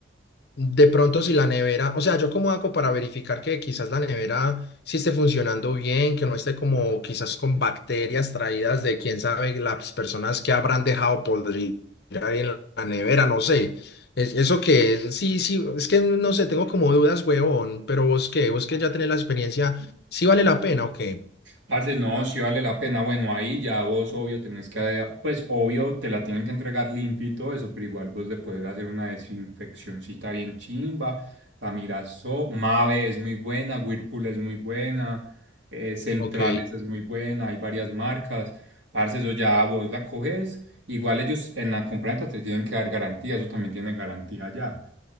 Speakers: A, on the left (about 55°); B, on the right (about 70°).
A: De pronto si la nevera, o sea, yo cómo hago para verificar que quizás la nevera sí esté funcionando bien, que no esté como quizás con bacterias traídas de quién sabe las personas que habrán dejado podrir ahí en la nevera, no sé. Es, eso que, es? sí, sí, es que no sé, tengo como dudas, huevón, pero vos qué, vos que ya tenés la experiencia, ¿sí vale la pena o qué?
B: Parce, no, si vale la pena. Bueno, ahí ya vos, obvio, tenés que, pues, obvio, te la tienen que entregar limpio y todo eso, pero igual vos le puedes hacer una desinfeccioncita bien chimba. La Mirazo, Mave es muy buena, Whirlpool es muy buena, eh, Centrales
A: Ok,
B: es muy buena, hay varias marcas. Parce, eso ya vos la coges. Igual ellos en la compraventa te tienen que dar garantía, eso también tiene garantía ya.